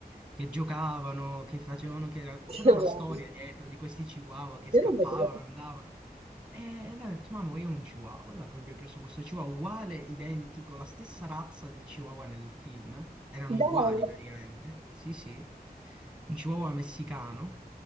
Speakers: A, in the centre; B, on the right.
A: che giocavano, che facevano, che era- c'era
B: che
A: una
B: bello.
A: storia dietro di questi chihuahua che scappavano,
B: Io non vedevo.
A: andavano. E ne ha detto, mamma, io ho un chihuahua. Allora poi abbiamo preso questo chihuahua uguale, identico, la stessa razza del chihuahua nel film. Erano
B: Dai.
A: uguali praticamente. Sì, sì. Un chihuahua messicano.